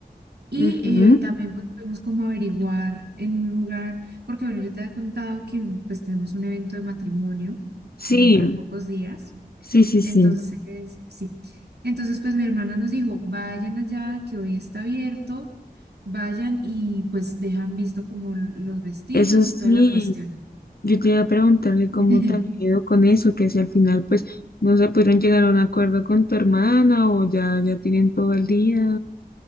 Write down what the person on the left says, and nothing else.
Ujú.
Sí,
sí, sí,
sí.
Eso sí,
yo te iba a preguntarle cómo
te había ido con eso, que si al final pues no se pudieron llegar a un acuerdo con tu hermana o ya, ya tienen todo el día.